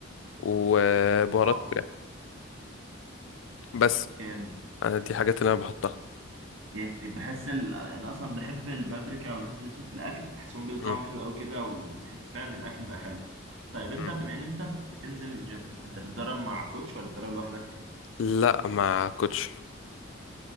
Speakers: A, on the left; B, on the right.
A: وبهارات
B: اه
A: فراخ بس
B: جامد
A: أنا دي حاجات اللي انا بحطها
B: يعني بحس ال... انا اصلا بحب البابريكا والفلفل الاسود في الاكل بحسهم بيدوا
A: مم.
B: طعم حلو قوي كده وتحس فعلا إن الاكل بقى حلو طيب انت
A: مم.
B: بما ان انت بتنزل الجيم انت بتتدرب مع كوتش ولا بتتدرب لوحدك
A: لا ما كنتش